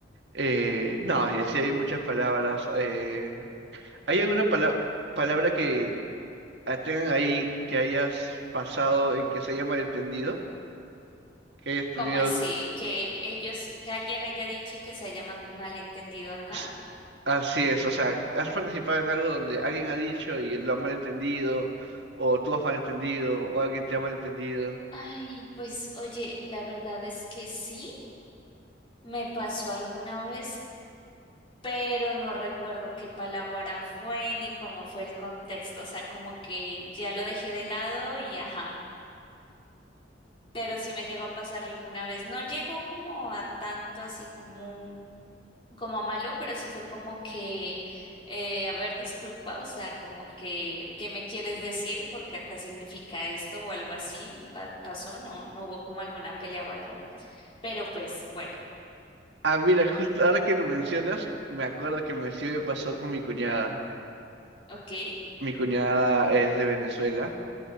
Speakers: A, on the right; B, on the left.
A: Eh, no, y así hay muchas palabras. eh, ¿Hay alguna pala- palabra que ah, tengan ahí que hayas pasado en que se haya malentendido? Que hayas
B: ¿Cómo
A: tenido
B: así?
A: algún...
B: Que ellos, que alguien haya dicho y que se haya man- malentendido acá.
A: S- Así es, o sea, ¿has participado en algo donde alguien ha dicho y lo ha malentendido? ¿O tú has malentendido? ¿O alguien te ha malentendido?
B: Ay, pues oye, la verdad es que sí. Me pasó alguna vez pero no recuerdo qué palabra fue ni cómo fue el contexto, o sea, como que ya lo dejé de lado y ajá. Pero sí me llegó a pasar alguna vez, no llegó como a tanto así como, como a malo, pero sí fue como que, eh, a ver, disculpa, o sea, como que, ¿qué me quieres decir? Porque acá significa esto o algo así, va- pasó, no, no hubo como alguna pelea o algo, pero pues bueno,
A: Ah, mira, justo ahora que lo mencionas, me acuerdo que me sí me pasó con mi cuñada.
B: ok,
A: Mi cuñada es de Venezuela.